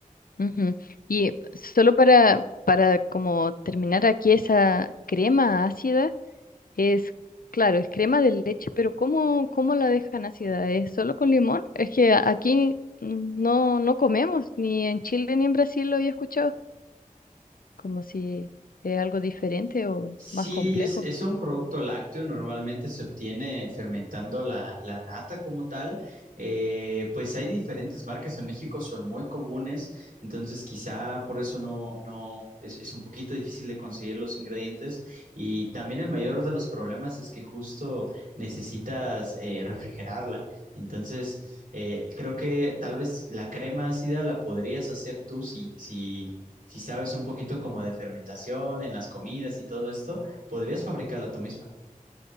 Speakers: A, on the left; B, on the right.
A: ujú. Y solo para, para como terminar aquí, esa crema ácida es, claro, es crema de leche, pero ¿cómo, cómo la dejan ácida? ¿Es solo con limón? Es que a- aquí mm, no, no comemos, ni en Chile ni en Brasil lo había escuchado, como si es algo diferente o
B: Sí,
A: más complejo.
B: es, es un producto lácteo, normalmente se obtiene fermentando la, la nata como tal. Eh, pues hay diferentes marcas en México, son muy comunes, entonces quizá por eso no, no, es, es un poquito difícil de conseguir los ingredientes. Y también el mayor de los problemas es que justo necesitas eh, refrigerarla. Entonces, eh, creo que tal vez la crema ácida la podrías hacer tú si, si si sabes un poquito como de fermentación en las comidas y todo esto, podrías fabricarla tú misma.